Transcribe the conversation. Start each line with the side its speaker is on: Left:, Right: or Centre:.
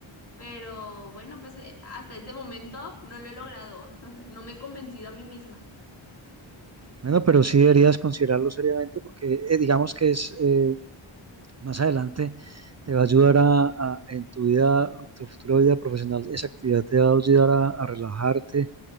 Left: pero bueno, pues eh, hasta este momento no lo he logrado, <laughs> no me he convencido a mí misma.
Right: Bueno, pero sí deberías considerarlo seriamente porque eh, digamos que es eh, más adelante te va a ayudar a, a- en tu vida, en tu futura vida profesional, esa actividad te va a ayudar a, a relajarte